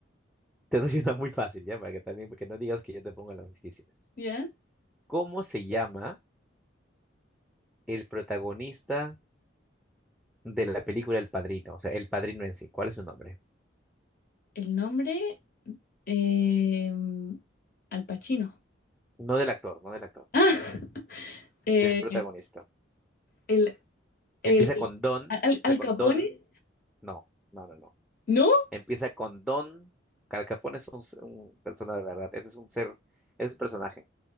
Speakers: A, in the centre; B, on the left.
A: Te doy una muy fácil, ya, para que también, porque no digas que yo te pongo las difíciles.
B: ¿Ya?
A: ¿Cómo se llama el protagonista de la película El Padrino? O sea, El Padrino en sí. ¿Cuál es su nombre?
B: El nombre, eh, Al Pacino.
A: No del actor, no del actor,
B: Ah, <laughs>
A: del protagonista.
B: eh, el, el,
A: Empieza con Don,
B: Al,
A: empieza
B: Al
A: con
B: Capone,
A: Don. No, no, no, no.
B: ¿no?
A: Empieza con Don. Al Capone es un, s- un persona de verdad. Este es un ser, es un personaje